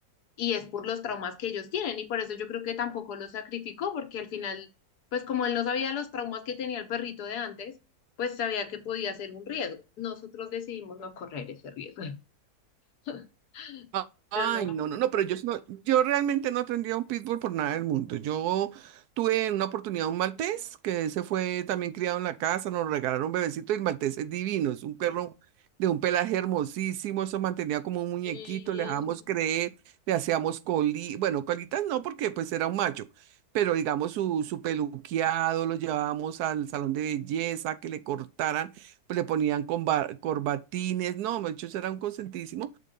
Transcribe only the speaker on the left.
y es por los traumas que ellos tienen y por eso yo creo que tampoco lo sacrificó porque al final, pues como él no sabía los traumas que tenía el perrito de antes, pues sabía que podía ser un riesgo. Nosotros decidimos no correr ese riesgo, <laughs>
pero no.
Sí,